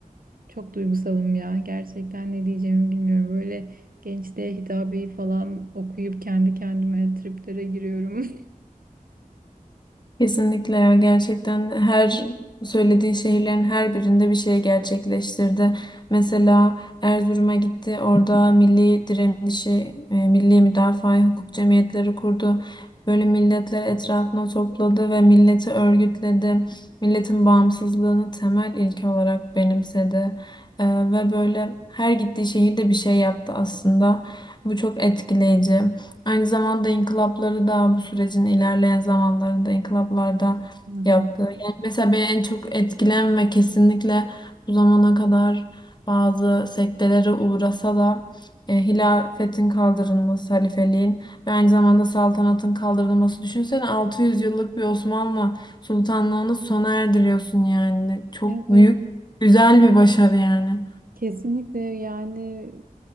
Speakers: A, on the right (about 75°); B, on the left (about 30°).
A: çok duygusalım ya. Gerçekten ne diyeceğimi bilmiyorum. Böyle gençliğe hitabeyi falan okuyup kendi kendime triplere giriyorum.
B: Kesinlikle ya gerçekten her söylediğin şehirlerin her birinde bir şey gerçekleştirdi. Mesela Erzurum'a gitti, orada milli direnişi, e, milli müdafaa hukuk cemiyetleri kurdu. Böyle milletleri etrafına topladı ve milleti örgütledi. Milletin bağımsızlığını temel ilke olarak benimsedi. E, ve böyle her gittiği şehirde bir şey yaptı aslında. Bu çok etkileyici. Aynı zamanda inkılapları da bu sürecin ilerleyen zamanlarında inkılaplarda
A: <laughs> Hı hı.
B: yaptı. Yani mesela beni en çok etkilen ve kesinlikle bu zamana kadar bazı sektelere uğrasa da e, hilafetin kaldırılması, halifeliğin ve aynı zamanda saltanatın kaldırılması. Düşünsene 600 yıllık bir Osmanlı sultanlığını sona erdiriyorsun yani. Çok
A: Evet.
B: büyük, güzel bir başarı yani.
A: Kesinlikle yani